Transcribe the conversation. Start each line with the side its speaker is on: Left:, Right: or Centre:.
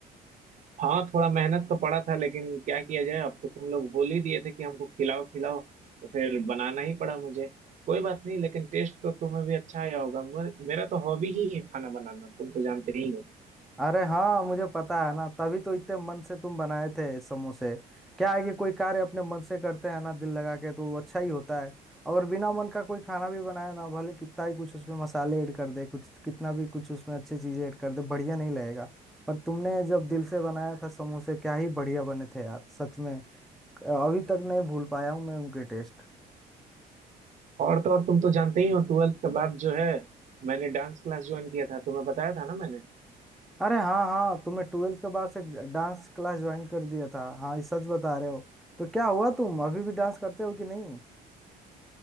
Right: हाँ थोड़ा मेहनत तो पड़ा था लेकिन क्या किया जाए अब तो तुम लोग बोल ही दिए थे कि हमको खिलाओ खिलाओ तो फिर बनाना ही पड़ा मुझे कोई बात नहीं लेकिन टेस्ट तो तुम्हें भी अच्छा आया होगा मे- मेरा तो हॉबी ही है खाना बनाना तुम तो जानते ही हो
Centre: अरे हाँ मुझे पता है ना तभी तो इतने मन से तुम बनाए थे समोसे क्या है कि कोई कार्य अपने मन से करते हैं ना दिल लगा के तो वो अच्छा ही होता है अगर बिना मन का कोई खाना भी बनाए ना भले कितना ही कुछ उसमें मसाले ऐड कर दे कुछ कितना भी कुछ उसमें अच्छी चीजें ऐड कर दे बढ़िया नहीं लगेगा पर तुमने जब दिल से बनाया था समोसे क्या ही बढ़िया बने थे यार सच में अभी तक नहीं भूल पाया हूँ मैं उनके टेस्ट
Right: और तो और तुम तो जानते ही हो ट्वेल्थ के बाद जो है मैंने डांस क्लास ज्वाइन किया था तुम्हें बताया था ना मैंने
Centre: अरे हाँ हाँ तुमने ट्वेल्थ के बाद से डांस क्लास ज्वाइन कर दिया था हाँ ये सच बता रहे हो तो क्या हुआ तुम अभी भी डांस करते हो कि नहीं